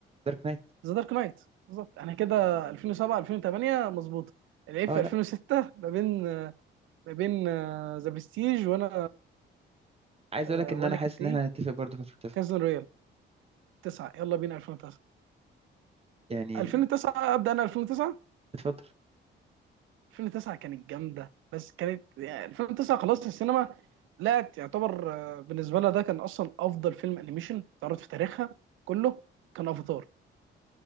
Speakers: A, on the right; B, on the right.
A: دارك نايت
B: ذا دارك نايت بالظبط انا كده 2007 2008 مظبوطه العيب
A: اه
B: في
A: لا
B: 2006 ما بين ما بين ذا برستيج وانا
A: عايز
B: آه،
A: اقول لك ان
B: وانا
A: انا حاسس
B: كنت
A: ان
B: ايه
A: احنا هنتفق برضو في 2009
B: كازن رويال 9 يلا بينا 2009
A: يعني
B: 2009 ابدا انا 2009
A: اتفضل
B: 2009 كانت جامده بس كانت يعني 2009 خلاص السينما لا يعتبر آه، بالنسبه لها ده كان اصلا افضل فيلم انيميشن اتعرض في تاريخها كله كان افاتار